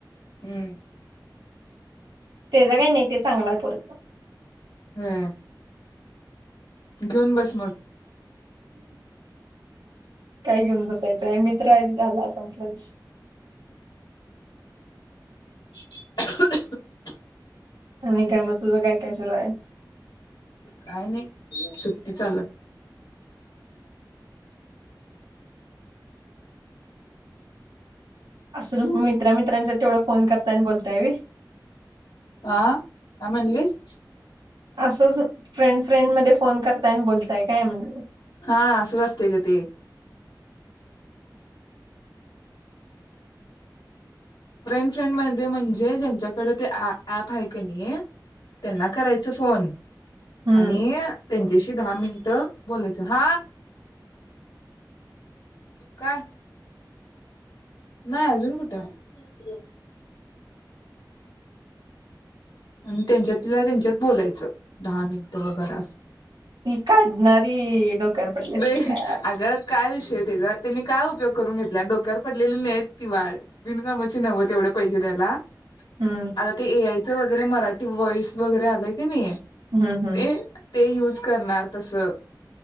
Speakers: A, on the left (about 70°); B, on the right (about 80°).
A: हम्म.
B: तेज काही नाही ते चांगलय पोरगं.
A: हम्म. घेऊन बस मग.
B: काय घेऊन बसायचं मित्र आहे झाला संपला विषय.
A: <unintelligible>
B: आणि काय मग तुझं काय काय सुरू हाय.
A: काय नाही सुट्टी चालू हाय.
B: असं तुम्ही मित्रा मित्रांच्यात तेवढं फोन करताय आणि बोलताय व्हय.
A: हा <unintelligible> म्हनलीस.
B: अससच. फ्रेंड फ्रेंड मध्ये फोन करताय आणि बोलताय काय म्हणल.
A: हा असंच असते ग ते फ्रेंड फ्रेंड म म्हणजे ज्यांच्याकड ते आ ॲप आहे कणी त्यांना करायचं फोन
B: हम्म
A: आणि त्यांच्याशी दहा मिनिटं बोलायच. हा काय? नाही. अजून कुठ? <unintelligible> आणि त्यांच्यातला त्यांच्यात बोलायचं. दहा मिनिटं वगैर असं.
B: ह काढणारी डोक्यावर पडल्यात
A: बे
B: की काय?
A: अगं काय विषय त्यांनी काय उपयोग करून घेतला? डोक्यावर पडलेली नाहीत किंवा बिनकामाची नव्हत एवढे पैसे द्यायला.
B: हम्म
A: आता ते ए आय ते मराठी वॉइस वगैरे आलेय की नाहीये,
B: हम्म हम्म
A: ते ते युज करणार तसं.